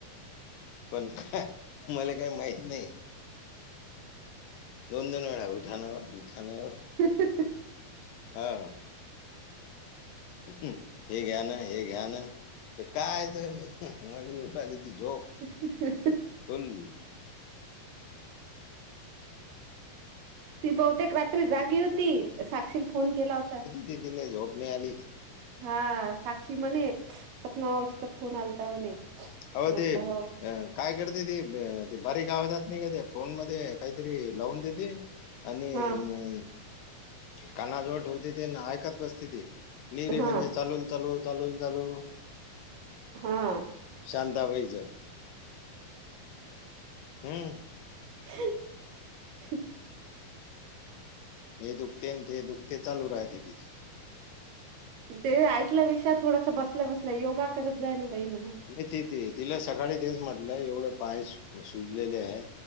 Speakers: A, on the left; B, on the right.
A: पण मले काही माहित नाही. दोन दोन वेळा उठाणा ओ उठाणा ओ.
B: हहहहहहह
A: हाव. हे घ्या न हे घ्या न तर काय, तर मले येऊन राहील ती झोप.
B: <inaudible>
A: कोण?
B: ती बहुतेक रात्री जागी होती. साक्षी न फोन केला होता.
A: तीले झोप नाही आली.
B: हा साक्षी म्हणे सपना मावशीचा फोन आलता म्हणे.
A: हो व
B: म्हटलं
A: ते.
B: हो
A: काय करते ते ते बारीक आवजात नाही. का ते फोन मध्ये काहीतरी लावून देते. आणि,
B: हा
A: कानाजवळ ठेवते ते ऐकत बसते ती नीरे
B: हा
A: म्हणजे चालू. चालू चालून चालू.
B: हा.
A: शांताबाईचं. हम्म.
B: <unintelligible>
A: हे दुखते आणि ते दुखते चालू रायते तिचं.
B: ते ऐकल्यापेक्षा थोडंसं बसल्या बसल्या योगा करत जाय न बाई म्हणाव.
A: मी तिते तिला सकाळी तेच म्हटलं एवढं पाय सु सुजलेले आहे,